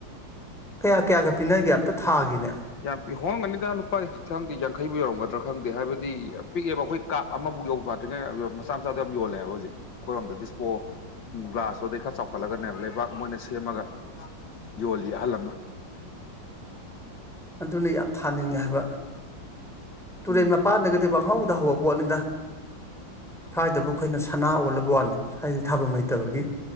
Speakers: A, in the centre; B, on the left.
A: ꯀꯌꯥ ꯀꯌꯥꯒ ꯄꯤꯅꯒꯦ ꯑꯝꯇ ꯊꯥꯈꯤꯅꯦ꯫
B: ꯌꯥꯝ ꯄꯤ ꯍꯣꯡꯒꯅꯤꯗ ꯂꯨꯄꯥ ꯈꯪꯗꯦ ꯌꯥꯡꯈꯩꯕꯨ ꯌꯧꯔꯝꯒꯗ꯭ꯔꯥ ꯈꯪꯗꯦ ꯍꯥꯏꯕꯗꯤ ꯄꯤꯛꯑꯦꯕ ꯑꯈꯣꯏ ꯀꯥꯞ ꯑꯃꯕꯨꯛ ꯌꯧꯕ ꯐꯥꯠꯇ꯭ꯔꯤꯉꯩ ꯃꯆꯥ ꯃꯆꯥꯗ ꯌꯥꯝ ꯌꯣꯜꯂꯦꯕ ꯍꯧꯖꯤꯛ ꯑꯈꯣꯏꯔꯣꯝꯗ ꯗꯤꯁꯄꯣ ꯒ꯭ꯂꯥꯁꯇꯨꯗꯒꯤ ꯈꯔ ꯆꯥꯎꯈꯠꯂꯒꯅꯦꯕ ꯂꯩꯕꯥꯛ ꯃꯣꯏꯅ ꯁꯦꯝꯃꯒ ꯌꯣꯜꯂꯤ ꯑꯍꯜ ꯑꯃꯅ꯫
A: ꯑꯗꯨꯅ ꯌꯥꯝ ꯊꯥꯅꯤꯡꯉꯦ ꯍꯥꯏꯕ꯫ ꯇꯨꯔꯦꯟ
B: ꯎꯝ
A: ꯃꯄꯥꯟꯗꯒꯗꯤ ꯄꯪꯍꯧꯗ ꯍꯧꯕ ꯄꯣꯠꯅꯤꯗ꯫ ꯁ꯭ꯋꯥꯏꯗꯕꯨ ꯑꯈꯣꯏꯅ ꯁꯅꯥ ꯑꯣꯜꯂꯕ ꯋꯥꯅꯤ ꯁ꯭ꯋꯥꯏꯗ ꯊꯥꯐꯝ ꯂꯩꯇꯕꯒꯤ꯫